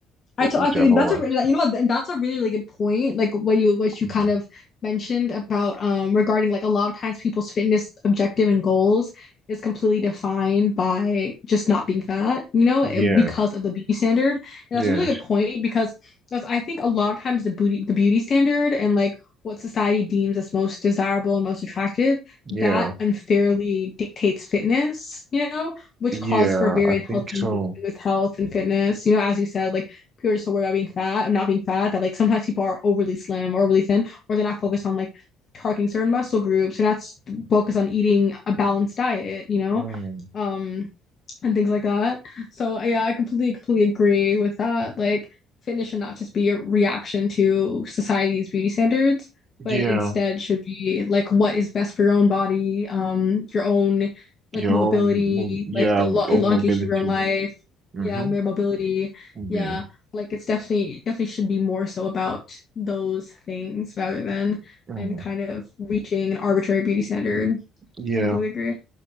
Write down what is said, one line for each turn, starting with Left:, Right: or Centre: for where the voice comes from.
Right: wh-
Left: I to-
Right: whichever
Left: I could, that's
Right: works.
Left: a re- you know what and that's a really really good point like what you what you
Right: Mm.
Left: kind of mentioned about um regarding like a lot of times people's fitness objective and goals is completely defined by just not being fat you know
Right: Yeah,
Left: it- because of the beauty standard and
Right: yeah,
Left: that's a really good point because that's, I think a lot of times the beauty the beauty standard and like what society deems as most desirable and most attractive
Right: yeah,
Left: that unfairly dictates fitness you know which
Right: yeah.
Left: calls for very
Right: I
Left: unhealthy
Right: think so.
Left: engagement with health and fitness you know as you said like people are just so worried about being fat, not being fat, that like sometimes people are overly slim or overly thin, or they're not focused on like targeting certain muscle groups. They're not focused on eating a balanced diet, you know?
Right: Mm.
Left: Um, and things like that. So uh, yeah, I completely completely agree with that. Like fitness should not just be a reaction to society's beauty standards,
Right: Yeah,
Left: but instead should be like what is best for your own body, um, your own like
Right: your
Left: movability,
Right: own move. Yeah,
Left: like the lo elongation
Right: own mobility.
Left: of your own life.
Right: Mm-hmm.
Left: Yeah, mere mobility.
Right: Yeah.
Left: Yeah, like it's definitely definitely should be more so about those things rather than
Right: Mm.
Left: and kind of reaching an arbitrary beauty standard.
Right: Yeah.
Left: I completely agree.